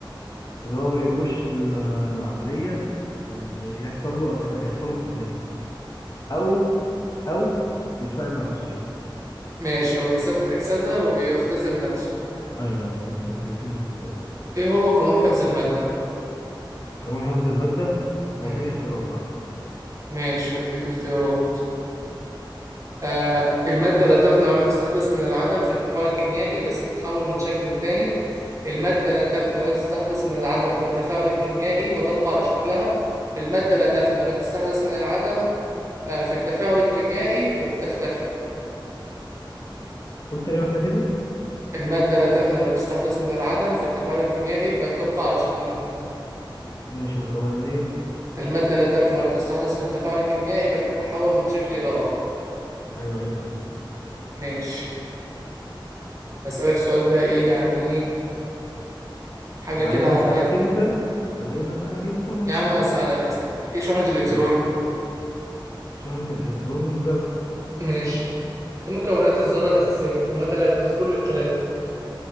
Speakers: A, on the left; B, on the right.
A: اللي هو بيخش العملية اللي يحصل له أكس... يحصل له اختزال او او بيتفاعل مع الاكسجين
B: ماشي هو بيسبب أكسدة وبيختزل نفسه
A: ايوه ده بيتم اختزال
B: إيه هو قانون حفظ المادة
A: قانون حفظ المادة لا
B: مم.
A: اديني اختيارات بقى
B: ماشي هديك اختيارات آه، المادة لا تفنى ولا تستحدث من العدم في التفاعل الكيميائي بس بتتحول من شكل لتاني المادة لا تفنى ولا تستحدث من العدم في التفاعل الكيميائي وتبقى على شكلها المادة لا تفنى ولا تستحدث من العدم آه، في التفاعل الكيميائي وبتختفي
A: قول تاني واحدة كده
B: المادة لا تفنى ولا تستحدث من العدم في التفاعل الكيميائي بل تبقى على شكلها
A: ماشي والاولانية
B: المادة لا تفنى ولا تستحدث في التفاعل الكيميائي بل تتحول من شكل إلى آخر
A: ايوه هي الاولى
B: ماشي هسألك سؤال بقى إيه يعني إيه حاجة
A: لو
B: كده
A: عايزني
B: على
A: اسألك
B: الهادي
A: انت لو عايزني اسألك انت انا ممكن
B: يا عم أسألك
A: اسأل
B: أسألك إيه شحنة الإلكترون
A: ماشي شحنة الالكترون موجبة
B: ماشي ايه مكونات الذرة الأساسية هما ثلاثة اذكر لي الثلاثة